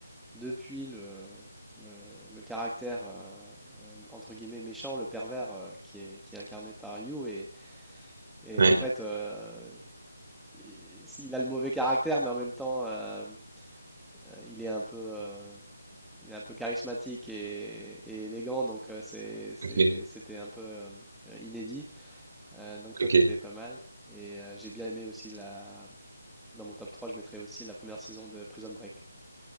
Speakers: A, in the centre; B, on the right (about 30°).
A: depuis le, le- le caractère euh, euh, entre guillemets méchant, le pervers euh, qui est, qui est incarné par Yu, et, et
B: ouais,
A: en fait, euh, il, il a le mauvais caractère, mais en même temps, euh, euh, il est un peu, euh, il est un peu charismatique et, et élégant, donc euh, c'est, c'est-
B: ok,
A: c'était un peu euh, euh, inédit. Euh, donc ça,
B: ok.
A: c'était pas mal. Et euh, j'ai bien aimé aussi la... Dans mon top 3 je mettrais aussi la première saison de Prison Break.